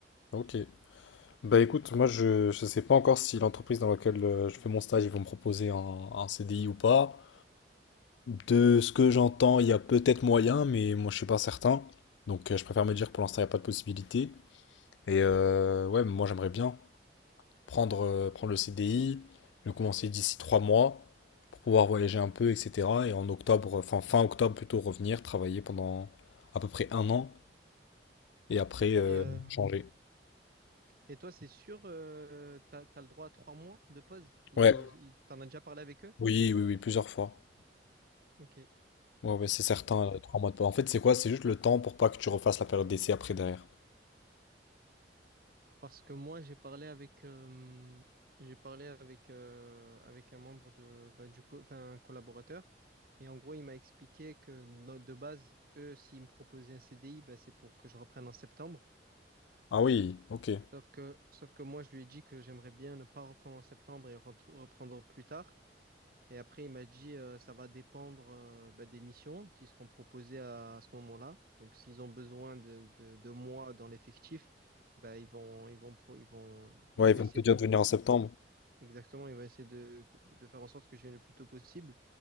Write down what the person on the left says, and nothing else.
Ok. Bah écoute, moi je je sais pas encore si l'entreprise dans laquelle euh, je fais mon stage ils vont me proposer un, un CDI ou pas. De ce que j'entends, il y a peut-être moyen, mais moi je suis pas certain. Donc euh, je préfère me dire que pour l'instant il n'y a pas de possibilité. Et euh, ouais, moi j'aimerais bien prendre, euh, prendre le CDI, le commencer d'ici trois mois pour pouvoir voyager un peu, etc. Et en octobre, enfin fin octobre plutôt, revenir, travailler pendant à peu près un an et après euh,
changer.
Ouais,
oui, oui, oui, plusieurs fois.
Ouais, ouais, c'est certain,
euh, trois mois de pause. En fait, c'est quoi? C'est juste le temps pour pas que tu refasses la période d'essai après derrière.
Ah oui, ok.
Ouais,
ils
vont te dire
de venir en septembre.